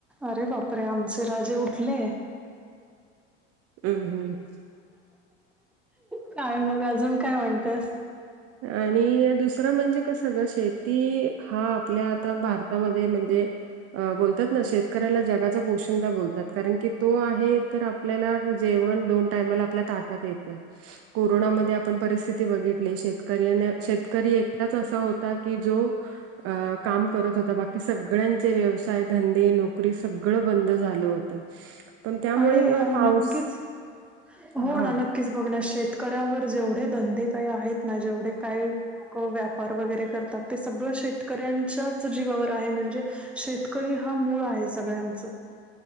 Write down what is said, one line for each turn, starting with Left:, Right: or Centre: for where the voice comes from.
Centre: अरे बापरे आमचे राजे उठले.
Right: हम्म हम्म.
Centre: काय मग अजून काय म्हणतेस.
Right: आणि दुसरं म्हणजे कसं ग शेती हा आपल्या आता भारतामध्ये म्हणजे अ बोलतात ना शेतकऱ्याला जगाचा पोषंदा बोलतात कारण की तो आहे तर आपल्याला जेवण दोन टाइमाला आपल्या ताटात येते. कोरोनामध्ये आपण परिस्थिती बघितली शेत. शेतकरीने शेतकरी एकटाच असा होता की जो अ काम करत होता बाकी सगळ्यांचे व्यवसाय धंदे नोकरी सगळं बंद झालं होतं. पण त्यामुळे
Centre: आणि
Right: मग पाऊस
Centre: नक्कीच
Right: हा
Centre: हो ना न नक्कीच बघणार शेतकऱ्यांवर जेवढे धंदे काही आहेत ना जेवढे काय लोक व्यापार वगैरे करतात ते सगळं शेतकऱ्यांच्याच जीवावर आहे म्हणजे,, शेतकरी हा मूळ आहे सगळ्यांच.